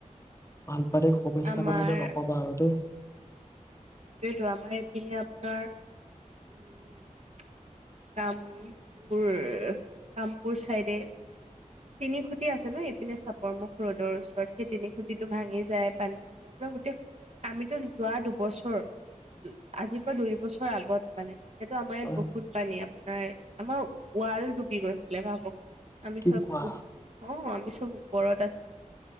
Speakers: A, on the left (about 20°); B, on the right (about 55°).
A: ভাল পাই দে শুভেচ্ছা
B: আমাৰ
A: কথা যে নকবা আৰু দেই
B: সেইটোয়েতো আমাৰ এইপিনে আপোনাৰ উম কামপুৰ কামপুৰ চাইডে তিনি খুটি আছে ন ইপিনে চাপৰ মুুখ ৰ'দৰ ওচৰত সেই তিনি খুটিটো ভাঙি যায় পানী হলে আপোনাৰ গোতেই আমিতো যোৱা দুবছৰ আজিৰ পৰা দুই বছৰ আগত মানে এতিয়া টো আমাৰ ইয়াত
A: অ'
B: বহুত আপোনাৰ আমাৰ ৱাল ডুবি গৈছিলে ভাবকচোন আমি
A: কি
B: চব
A: কোৱা
B: অ আমি চব ওপৰত আছিলো